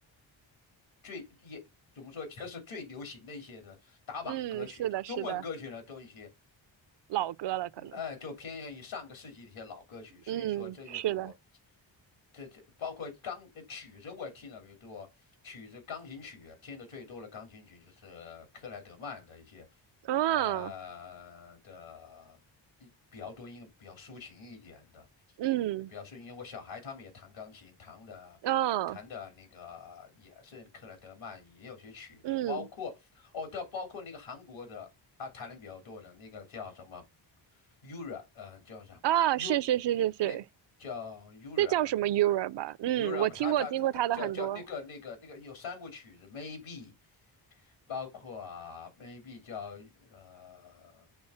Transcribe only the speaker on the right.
嗯，是的是的，
老歌了可能，
嗯，是的，
啊
嗯
啊
嗯
啊，
是是是是是，
这叫什么
Euro 吧？嗯，
我听过听过他的很多